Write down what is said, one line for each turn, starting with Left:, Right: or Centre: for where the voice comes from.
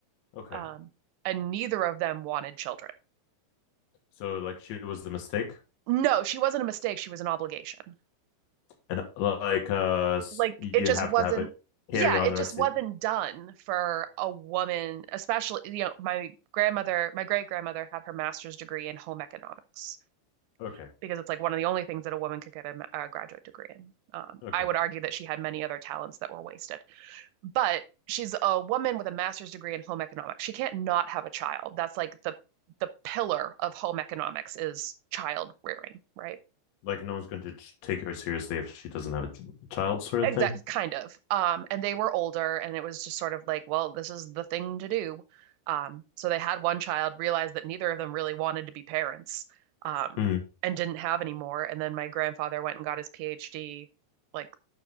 Left: Okay.
Right: Um, and neither of them wanted children.
Left: So, like, she was the mistake.
Right: No, she wasn't a mistake. She was an obligation.
Left: And, like, uh,
Right: Like
Left: you
Right: it just
Left: have
Right: wasn't,
Left: to have it
Right: yeah,
Left: carry on
Right: it
Left: or
Right: just
Left: see.
Right: wasn't done for a woman, especially, you know, my grandmother, my great grandmother had her master's degree in home economics
Left: Okay.
Right: because it's like one of the only things that a woman could get a, a graduate degree in. Um,
Left: Okay.
Right: I would argue that she had many other talents that were wasted. But she's a woman with a master's degree in home economics. She can't not have a child. That's like the the pillar of home economics is child rearing, right?
Left: Like, no one's going to take her seriously if she doesn't have a child, sort
Right: Exactly,
Left: of thing.
Right: kind of. Um, and they were older, and it was just sort of like, well, this is the thing to do. Um, so they had one child, realized that neither of them really wanted to be parents, um,
Left: Mm,
Right: and didn't have any more. And then my grandfather went and got his PhD like